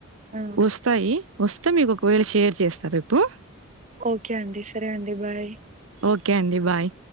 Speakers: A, on the right; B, on the right.
A: ఆ!
B: వస్తాయి. వస్తే, మీకు ఒకవేళ షేర్ చేస్తా రేపు.
A: ఓకే అండి. సరే అండి. బాయ్.
B: ఓకే అండి బాయ్.